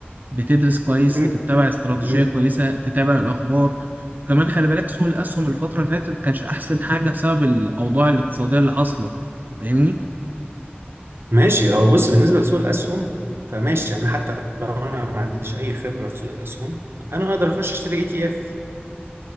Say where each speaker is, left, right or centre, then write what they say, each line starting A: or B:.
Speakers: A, on the right; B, on the right.
A: بتدرس كويس
B: م-
A: تتبع استراتيجية
B: م-
A: كويسة تتابع الأخبار وكمان خلي بالك سوق الأسهم الفترة اللي فاتت ما كانش أحسن حاجة بسبب الأوضاع الاقتصادية اللي حاصلة فاهمني؟
B: ماشي اهو بص بالنسبه لسوق الاسهم فماشي انا حتى لو انا ما عنديش اي خبره في سوق الاسهم انا اقدر اخش اشتري اي تي اف